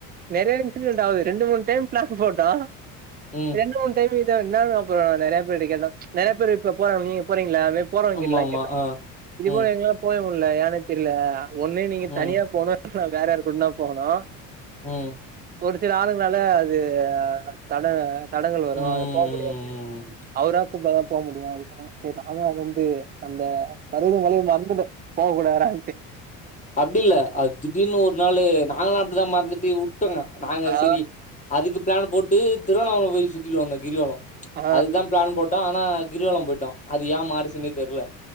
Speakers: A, on the right; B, on the left.
A: நெறையா இன்சிடெட் ஆகுது ரெண்டு மூனு டைம் ப்ளேக்கு போட்டா
B: ம்
A: ரெண்டு மூனு டைம் இதான்ந்தாலு அப்பறோ நறையா பேர்ட்ட கேட்டா நறையா பேரு இ போறா நீங்க போறீங்கில்ல மே போறோவங்ககிட்ல்லா
B: ஆமா ஆமா
A: கேட்ருக்கோ
B: ஆ
A: இது
B: ம்
A: போல எங்ல போவே முல்ல ஏனே தெர்ல ஒன்னு நீங்க
B: ம்
A: தனியா போனு நா வேற யாரு கூட்ன்னா போகனு
B: ம்
A: ஒரு சில ஆளுங்னால அது தட தடங்கள் வரு
B: ம்
A: அது போ முடியாது அவரா கூப்டா தா போ முடியு அப்டின் சொன்னாங்க சரி நானு அது வந்து அந்த பருவத மலைய மறந்துட்ட போக கூடாதுடான்டு
B: அப்டி இல்ல அது திடிர்னு ஒரு நாளு நாங்களா அப்டிதா மறந்துட்டு வுட்டோங்க நாங்க
A: ஆ
B: சரி அதுக்கு பிளான் போட்டு திருவண்ணாமலை போய் சுத்திட்டு வந்தோ கிரிவலோ
A: ஆ
B: அதுக்குதா பிளான் போட்டோ ஆனா கிரிவல போயிட்டோ அது ஏ மாறிச்சுன்னே தெரில